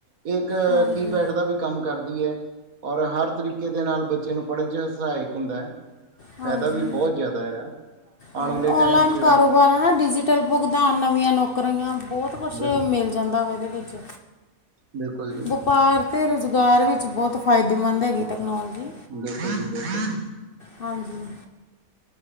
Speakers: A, on the right (about 70°); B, on the left (about 50°).
A: ਇਹ ਇੱਕ
B: ਹਾਂਜੀ
A: ਕੀਪੈਡ ਦਾ ਵੀ ਕੰਮ ਕਰਦੀ ਐ। ਔਰ ਹਰ ਤਰੀਕੇ ਦੇ ਨਾਲ ਬੱਚੇ ਨੂੰ ਪੜ੍ਹਨ ਚ ਸਹਾਇਕ ਹੁੰਦਾ ਅ।
B: ਹਾਂਜੀ
A: ਫਾਇਦਾ ਵੀ ਬਹੁਤ ਜ਼ਿਆਦਾ ਇਹਦਾ ਆਉਣ
B: ਹਾਂਜੀ,
A: ਵਾਲੇ
B: ਔਨਲਾਈਨ
A: ਟਾਈਮ ਚ
B: ਕਾਰੋ ਬਾਰਾ ਨਾ ਡਿਜੀਟਲ ਭੁਗਤਾਨ, ਨਵੀਆਂ ਨੌਕਰੀਆਂ ਬਹੁਤ ਕੁਛ
A: ਬਿਲਕੁਲ
B: ਮਿਲ ਜਾਂਦਾ ਵਾ ਇਹਦੇ ਵਿੱਚ
A: ਬਿਲਕੁਲ ਜੀ
B: ਵਪਾਰ ਤੇ ਰੁਜ਼ਗਾਰ ਵਿੱਚ ਬਹੁਤ ਫਾਇਦੇਮੰਦ ਹੈਗੀ ਟੈਕਨੋਲਜੀ
A: ਬਿਲਕੁਲ ਜੀ ਬਿਲਕੁਲ।
B: ਹਾਂਜੀ।